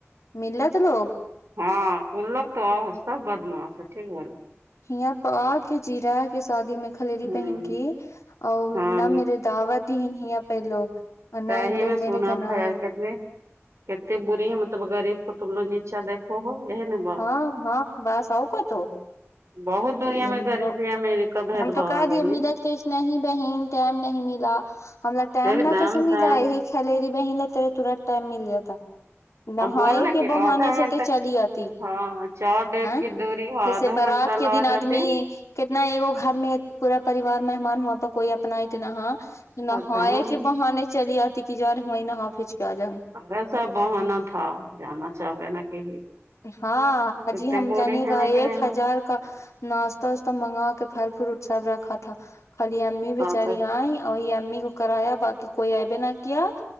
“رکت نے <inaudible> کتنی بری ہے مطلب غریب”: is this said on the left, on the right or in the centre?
Right